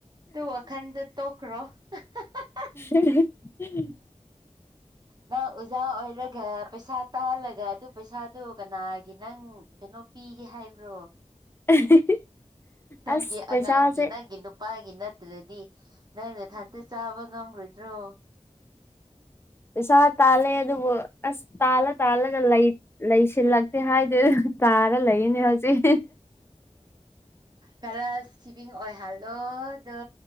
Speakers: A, on the right; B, on the left.
A: ꯗꯨ ꯋꯥꯈꯟꯗꯨ ꯇꯣꯛꯈ꯭ꯔꯣ <unintelligible>
B: <unintelligible>
A: ꯅꯪ ꯑꯨꯖꯥ ꯑꯣꯏꯔꯒ ꯄꯩꯁꯥ ꯇꯥꯜꯂꯒ ꯑꯗꯨ ꯄꯩꯁꯥꯗꯨ ꯀꯅꯥꯒꯤ ꯅꯪ ꯀꯩꯅꯣ ꯄꯤꯒꯦ ꯍꯥꯏꯕ꯭ꯔꯣ
B: <unintelligible>
A: ꯅꯪꯒꯤ
B: ꯑꯁ ꯄꯩꯁꯥꯁꯦ
A: ꯑꯉꯥꯡꯒꯤ ꯅꯪꯒꯤ ꯅꯨ ꯄꯥꯥꯏꯒꯤ ꯅꯠꯇꯗꯗꯤ ꯅꯪꯅ ꯊꯟꯇ ꯆꯥꯕ ꯉꯝꯔꯣꯏꯗ꯭ꯔꯣ
B: ꯄꯩꯁꯥ ꯇꯥꯜꯂꯦ ꯑꯗꯨꯕꯨ ꯑꯁ ꯇꯥꯜꯂ ꯇꯥꯜꯂꯒ ꯂꯩꯁꯤꯜꯂꯛꯇꯦ ꯍꯥꯏ ꯇꯔ ꯂꯩꯅꯦ ꯍꯧꯖꯤ
A: ꯀꯂ ꯁꯤꯚꯡ ꯑꯣꯏꯍꯜꯗꯣ ꯑꯗꯨ